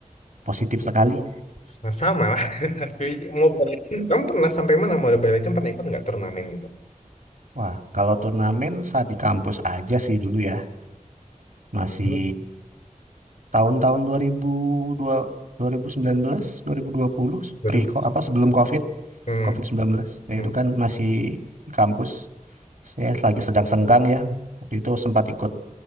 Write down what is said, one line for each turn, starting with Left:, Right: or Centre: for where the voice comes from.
Right: positif sekali.
Left: Sa- Sama lah. <laughs> Tapi Mobile Legends, kamu pernah sampai mana Mobile Legends pernah ikut nggak turnamen gitu?
Right: Wah, kalau turnamen saat di kampus aja sih dulu ya. Masih
Left: Ikut.
Right: tahun-tahun 2002 2019 2020
Left: 2000.
Right: pre apa sebelum COVID
Left: Hmm.
Right: COVID-19 ya
Left: hmm.
Right: itu kan masih di kampus saya lagi sedang senggang ya waktu itu sempat ikut